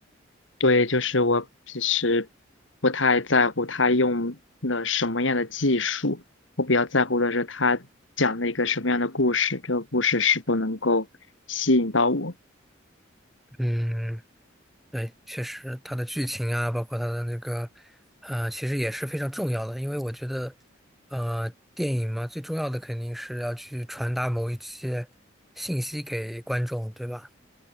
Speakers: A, on the left (about 75°); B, in the centre.
A: 对，就是我其实不太在乎他用了什么样的技术，我比较在乎的是他讲了一个什么样的故事，这个故事是否能够吸引到我。
B: 嗯，对，确实，它的剧情啊，包括它的那个，呃，其实也是非常重要的，因为我觉得，呃，电影嘛，最重要的肯定是要去传达某一些信息给观众，对吧？